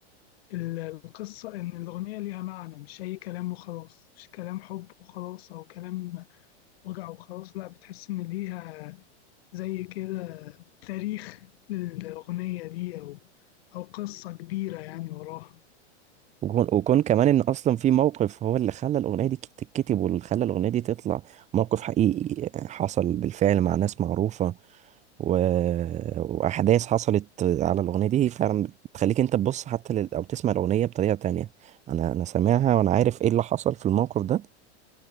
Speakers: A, on the left (about 60°); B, on the right (about 20°).
A: ال- القصة إن الأغنية ليها معنى مش أي كلام وخلاص مش كلام حب وخلاص أو كلام وجع وخلاص لا بتحس إن ليها زي كده تاريخ للأغنية دي أو أو قصة كبيرة يعني وراها
B: وكون, وكون كمان إن أصلا في موقف هو اللي خلى الأغنية دي تتكتب واللي خلى الأغنية دي تطلع موقف حقيقي حصل بالفعل مع ناس معروفة و... وأحداث حصلت على الأغنية دي فعلا بتخليك أنت تبص حتى لل... أو تسمع الأغنية بطريقة تانية أنا أنا سامعها وأنا عارف إيه اللي حصل في الموقف ده